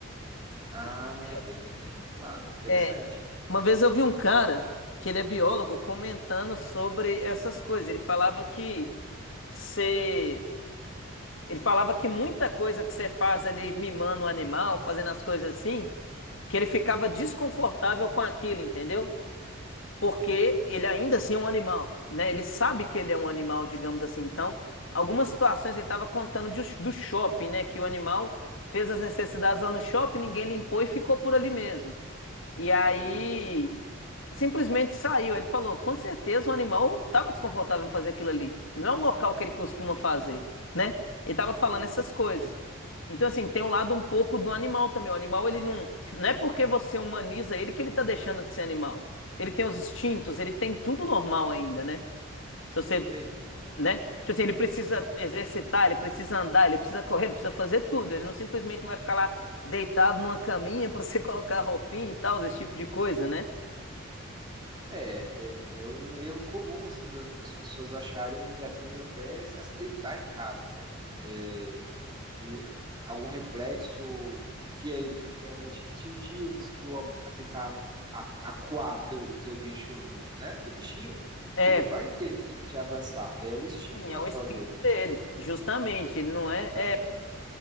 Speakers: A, on the right; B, on the left.
A: Ah,
B: Entendeu?
A: também tem esse lado, interessante.
B: É, Uma vez eu vi um cara, que ele é biólogo, comentando sobre essas coisas. Ele falava que você. Ele falava que muita coisa que você faz ali mimando o animal, fazendo as coisas assim, que ele ficava desconfortável com aquilo, entendeu? porque
A: Hum,
B: ele ainda assim é um animal, né? Ele sabe que ele é um animal, digamos assim. Então, algumas situações ele estava contando de- do shopping, né? Que o animal fez as necessidades lá no shopping, ninguém limpou e ficou por ali mesmo. E aí
A: Uhum,
B: simplesmente saiu. Ele falou: com certeza o animal estava desconfortável em fazer aquilo ali. Não é um local que ele costuma fazer, né? Ele estava
A: perfeito,
B: falando essas coisas. Então, assim, tem um lado um pouco do animal também. O animal, ele não. Não é porque você humaniza ele que ele tá deixando de ser animal. Ele tem os instintos, ele tem tudo normal ainda, né? Se você.
A: perfeito.
B: Né? Tipo assim, ele precisa exercitar, ele precisa andar, ele precisa correr, ele precisa fazer tudo. Ele não simplesmente vai ficar lá deitado numa caminha <laughs> pra você colocar roupinha e tal, esse tipo de coisa, né?
A: É, é, é um erro comum, assim, das, das pessoas acharem e às vezes até se acidentar em casa, né? É, de algum reflexo que é realmente instintivo, se tu a- tentar a- acuar teu, o teu bicho, né? Teu bichinho,
B: É,
A: ele vai querer te avançar, é o instinto
B: sim,
A: natural
B: é o instinto
A: dele.
B: dele. Justamente, ele não é.
A: Então,
B: É,